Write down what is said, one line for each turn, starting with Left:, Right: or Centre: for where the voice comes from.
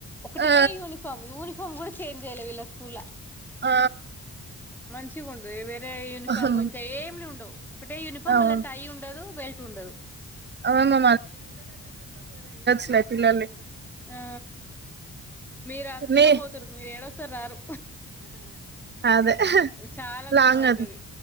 Centre: ఒకటే
Right: ఆ
Centre: యూనిఫామ్ యూనిఫామ్ కూడా చేంజ్ చేయ్యలే వీళ్ళ స్కూల్
Right: ఆ
Centre: మంచి వేరే యూనిఫామ్
Right: అవును
Centre: ఇంకా ఏమి ఉండవు ఒకటే యూనిఫామ్
Right: అవును
Centre: వల్ల టై ఉండదు బెల్ట్ ఉండదు
Right: అవును తని
Centre: ఆ మీరు అంత దూరం
Right: నీ
Centre: పోతారు మీరు ఏడ వస్తారు రారు
Right: అదే
Centre: చాలా దూరం
Right: లాంగ్
Centre: అయితది
Right: అది